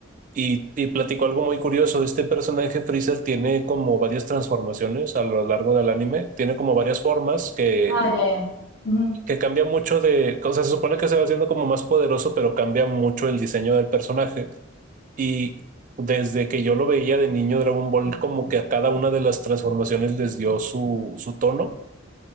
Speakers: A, on the right (about 40°); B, on the left (about 65°).
A: y, y platicó algo muy curioso, este personaje Freezer tiene como varias transformaciones a lo largo del anime, tiene como varias formas que
B: Ah, ya, ya. Ujú.
A: que cambia mucho de, o sea, se supone que se va haciendo como más poderoso, pero cambia mucho el diseño del personaje. Y desde que yo lo veía de niño, Dragon Ball como que a cada una de las transformaciones les dio su, su tono.